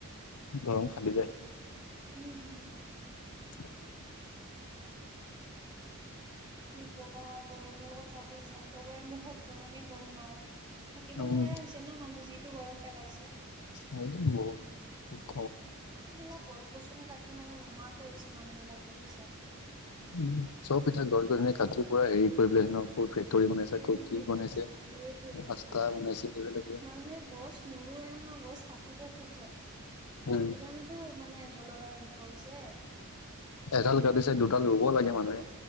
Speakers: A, on the left; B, on the right.
A: অ, খালি যায়।
B: হম, হম।
A: <inaudible>
B: কি কবা কৰ মোৰ কথাাবৈিছা <unintelligible> চবৰে মোক বহত <unintelligible> গৰমে, গৰম আৰু থাকিব
A: উম
B: নোৱাৰা হৈছে ন মানুহ যিটো গৰম পেলাইছে।
A: হয়, বহ <inaudible>
B: এইবিলাক গছ-গছনি কাটি মানে নোহোৱা কৰিছে মানুহবিলাকে বুজছা।
A: উম, চব পিঠতে গছ, গছি কাটি প্পুৰা হেৰি কৰি ন <unintelligible>
B: এ,
A: ক'ত
B: কি
A: বনাইছে
B: কৈছা সেইটোৱেইেতটো
A: ৰাস্তা বনাইছে এইবিলাকে
B: মানুহে গছ নোৰোৱে নহয় গছ কাটিব খুব জাগে
A: উম
B: সেইকাৰণেতো মানে জলবায়ু এনেকুৱা হৈছে।
A: এডাল কাটিছে দুডাল ৰুব লাগে মানুহে।